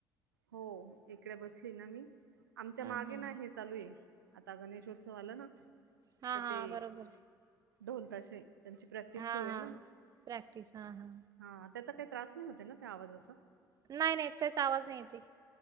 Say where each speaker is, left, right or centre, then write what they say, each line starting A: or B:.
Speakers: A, on the right; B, on the right.
A: हो इकडे बसली ना मी आमच्या
B: हा
A: मागे
B: हा
A: ना हे चालू ये आता गणेशोत्सव आल ना
B: हा
A: तर
B: हा
A: ते
B: बरोबर
A: ढोल ताशे त्यांची प्रॅक्टिस
B: हा
A: सुरू
B: हा
A: ये ना
B: प्रॅक्टिस हा हा
A: हा त्याचा काही त्रास नाही होतये ना त्या आवाजाचा
B: नाही नाही त्याचं आवाज नाही येतये.